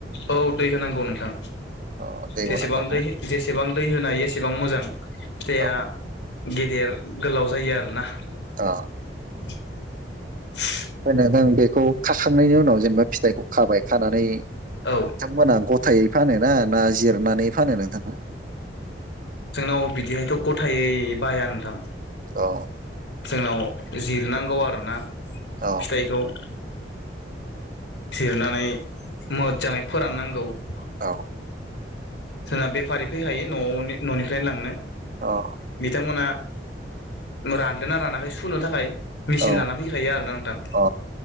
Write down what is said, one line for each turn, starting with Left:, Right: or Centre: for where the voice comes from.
Left: औ दै होनांगौ नोंथां
Right: अ दै
Left: जेसेबां
Right: होनांगौ ना
Left: दै जेसेबां दै होनो हायो एसे। बां मोजां फिथाइया
Right: औ
Left: गेदेर गोलाव जायो आरोना।
Right: आ
Left: <unintelligible>
Right: ओमफाय नोंथां बेखौ खाखांनायनि उनाव जेनेबा फिथाइखौ खाबाय खानानै नोंथांमोना
Left: औ
Right: गथायै फानो ना ना जिरनानै फानो नोंथांना
Left: जोंनाव बिदिहायथ' गथायै बाया नोंथां
Right: अ।
Left: जोंनाव जिरनांगौ आरोना फिथाइखौ
Right: औ
Left: जिरनानै मोजाङै फोराननांगौ ।
Right: औ।
Left: जोंना बेफारि फैखायो न'वावनि न'निफ्रायनो लांनो
Right: औ
Left: बिथांमोना रानदों ना रानाखै सुनो थाखाय मेचिन
Right: औ
Left: लाना फैखायो आरोना नोंथां
Right: अ